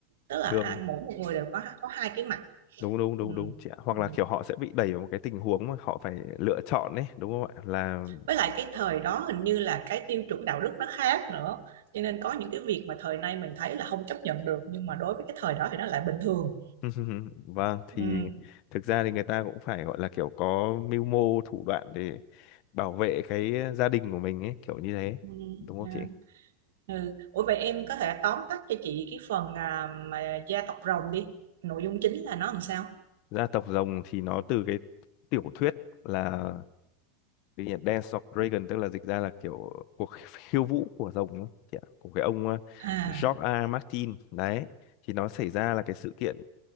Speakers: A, on the right (about 75°); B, on the left (about 55°).
A: Tức là
B: Thường
A: ăn mỗi một người đều có có hai cái mặt
B: đúng đúng đúng
A: ừ.
B: đúng chị ạ. Hoặc
A: Ừ.
B: là kiểu họ sẽ bị đẩy vào một cái tình huống mà họ phải lựa chọn ấy, đúng không ạ? Là
A: với lại cái thời đó hình như là cái tiêu chuẩn đạo đức nó khác nữa cho nên có những cái việc mà thời nay mình thấy là không chấp nhận được nhưng mà đối với cái thời đó thì nó lại bình thường
B: <laughs> Vâng, thì
A: ừ.
B: thực ra thì người ta cũng phải gọi là kiểu có mưu mô thủ đoạn để bảo vệ cái gia đình của mình ấy, kiểu như thế.
A: Ừ.
B: Đúng không
A: à,
B: chị?
A: ừ. Ủa vậy em có thể tóm tắt cho chị cái phần à, mà gia tộc rồng đi nội dung chính là nó làm sao
B: Gia tộc rồng thì nó từ cái tiểu thuyết là cái gì nhỉ? Dance of Dragon tức là dịch ra là kiểu cuộc <laughs> khiêu vũ của rồng ấy, chị ạ, của cái ông ờ,
A: à
B: George A. Martin đấy. Thì nó xảy ra là cái sự kiện